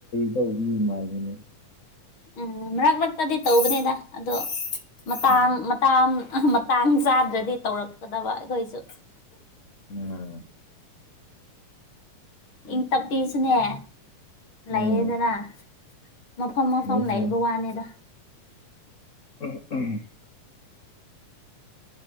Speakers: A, on the left; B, on the left.
A: ꯇꯧꯕꯤ ꯃꯥꯕꯅꯦ
B: ꯎꯝ ꯃꯔꯛ ꯃꯔꯛꯇꯗꯤ ꯇꯧꯕꯅꯤꯗ ꯑꯗꯣ ꯃꯇꯥꯡ
A: ꯎꯝ
B: ꯃꯇꯥꯡ ꯃꯇꯥꯡ ꯆꯥꯗ꯭ꯔꯗꯤ ꯇꯧꯔꯛꯀꯗꯕ ꯑꯩꯈꯣꯏꯁꯨ
A: ꯎꯝ
B: ꯏꯪ ꯇꯞꯄꯤꯁꯨꯅꯦ ꯂꯩꯌꯦꯗꯅ
A: ꯎꯝ
B: ꯃꯐꯝ ꯃꯐꯝ
A: ꯅꯩꯅꯤꯅꯦ
B: ꯂꯩꯕ ꯋꯥꯅꯤꯗ
A: ꯎꯝ ꯎꯝ